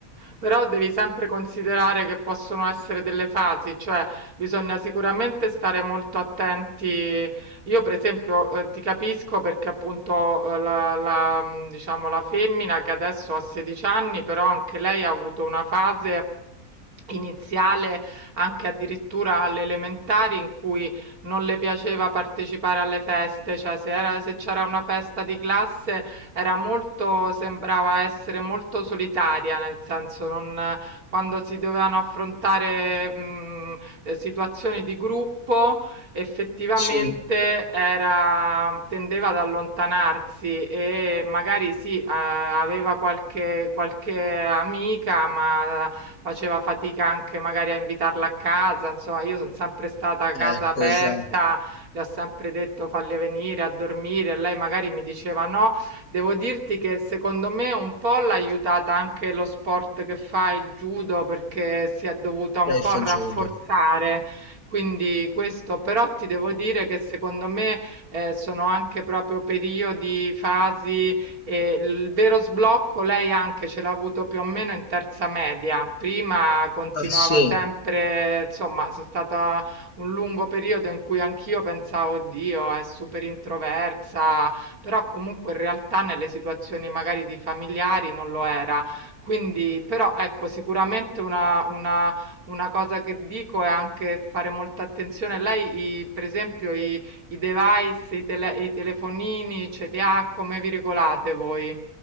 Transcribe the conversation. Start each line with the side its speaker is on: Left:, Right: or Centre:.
Right: Però devi sempre considerare che possono essere delle fasi, cioè bisogna sicuramente stare molto attenti. Io, per esempio, eh, ti capisco perché appunto eh, la, la, mh, diciamo, la femmina che adesso ha 16 anni, però anche lei ha avuto una fase iniziale, anche addirittura alle elementari, in cui non le piaceva partecipare alle feste, cioè se era, se c'era una festa di classe era molto sembrava essere molto solitaria, nel senso non quando si dovevano affrontare, mhmm, ehm, situazioni di gruppo, effettivamente
Left: Sì,
Right: era tendeva ad allontanarsi e magari sì, uhm, aveva qualche qualche amica, ma faceva fatica anche magari a invitarla a casa. Insomma, io son sempre stata a casa
Left: ecco,
Right: aperta,
Left: esatto.
Right: le ho sempre detto: "Falle venire a dormire", e lei magari mi diceva: "No", Devo dirti che secondo me un po' l'ha aiutata anche lo sport che fa, il judo, perché si è dovuta un
Left: Lei
Right: po'
Left: fa
Right: rafforzare.
Left: judo.
Right: Quindi questo, però ti devo dire che secondo me eh, sono anche proprio periodi, fasi, e il vero sblocco lei anche ce l'ha avuto più o meno in terza media. Prima continuava
Left: Ah, sì.
Right: sempre, insomma, sono stata un lungo periodo in cui anch'io pensavo, Dio, è super introversa, però comunque in realtà nelle situazioni magari di familiari non lo era. Quindi, però ecco, sicuramente una, una, una cosa che dico è anche fare molta attenzione. Lei, i- per esempio, i, i device, i, tele- i telefonini, ce li ha? Come vi regolate voi?